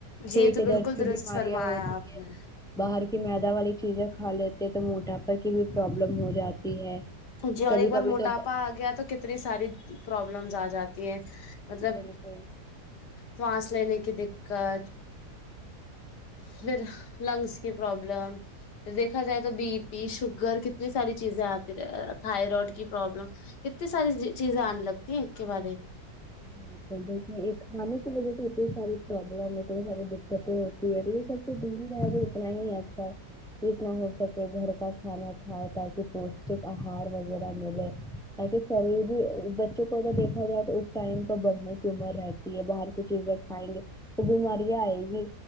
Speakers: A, on the left; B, in the centre.
A: جی
B: پیٹ
A: یہ تو
B: درد
A: بالکل
B: کی
A: درست
B: بیماریاں
A: فرمایا
B: ہوتی
A: آپ
B: ہیں
A: نے
B: باہر کی میدا والی چیزیں کھا لیتے تو موٹاپا کی بھی پرابلم ہو جاتی ہے
A: جی اور
B: کبھی
A: ایک بار
B: کبھی
A: موٹاپا
B: تو
A: آ گیا تو کتنی ساری پرابلمس آ جاتی ہیں مطلب
B: بالکل
A: سانس لینے کی دقت پھر لنگس کی پروابلم دیکھا جائے تو بی پی شوگر کتنی ساری چیزیں آتی رہیں تھائرائڈ کی پروابلم کتنی ساری چیزیں آنے لگتی ہیں ایک کے بعد ایک
B: بالکل بالکل یہ کھانے کی وجہ سے اتنی ساری پرابلم ہے <unintelligible> دقتیں ہوتی ہے اور یہ سب تو دوری ہے اتنا ہی اچھا ہے <unintelligible> جتنا ہو سکے گھر کا کھانا کھائے تاکہ پوشٹک آہار وغیرہ ملے تاکہ شری بھی بچوں کو اگر دیکھا جائے تو ٹائم پ بڑھنے کی عمر رہتی ہے باہر کی چیزیں کھائیں گے تو بیماریاں آئے گی